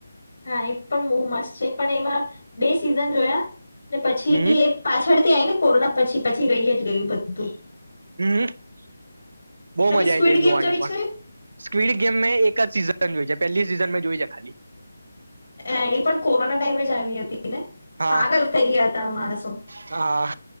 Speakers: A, on the left; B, on the right.
A: હા એ પણ બહુ મસ્ત છે પણ એમાં બે સિઝન જોયા ને પછી
B: હમ
A: પાછળથી આય ને કોરોના પછી પછી રહી જ ગયું બધું
B: હમ બહુ
A: તમે
B: મજા
A: સ્ક્વિડ
B: આલી
A: ગેમ
B: જોવાની
A: જોઈ
B: પણ
A: છે
B: સ્વીડ ગેમ એક જ સીઝન જો પહેલી સિઝન જોઈ છે ખાલી
A: હ એ પણ કોરોના ટાઈમે જ આવી હતી ને
B: હા
A: પાગલ થઈ ગયા હતા માણસો
B: હા